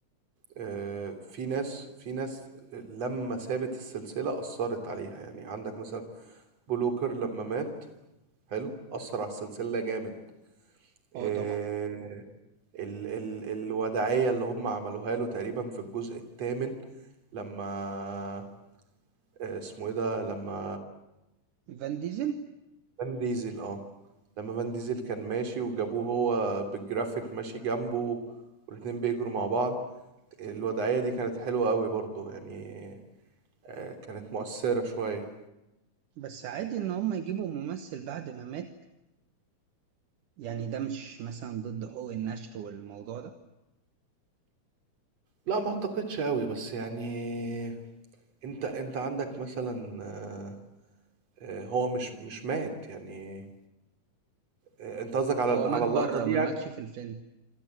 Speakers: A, on the right (about 50°); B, on the right (about 75°).
A: آه، في ناس في ناس لما سابت السلسلة أثرت عليها يعني عندك مثلا بلوكر لما مات حلو أثر على السلسلة جامد آه،
B: اه طبعا
A: ال ال الوداعية اللي هم عملوها له تقريبا في الجزء الثامن لما آه، اسمه ايه ده لما
B: فان ديزل
A: فان ديزل اه لما فان ديزل كان ماشي وجابوه هو بالجرافيك ماشي جنبه والاتنين بيجروا مع بعض الوضعية دي كانت حلوة قوي برضو يعني آه، كانت مؤثرة شوية
B: بس عادي إن هم يجيبوا ممثل بعد ما مات يعني ده مش مثلا ضد حقوق النشر والموضوع ده
A: لا ما اعتقدش قوي بس يعني انت انت عندك مثلا آه، آه، هو مش مش مات يعني آه، انت قصدك على
B: هو
A: ال- على
B: مات
A: اللقطة
B: بره
A: دي
B: ما
A: يعني
B: ماتش في الفيلم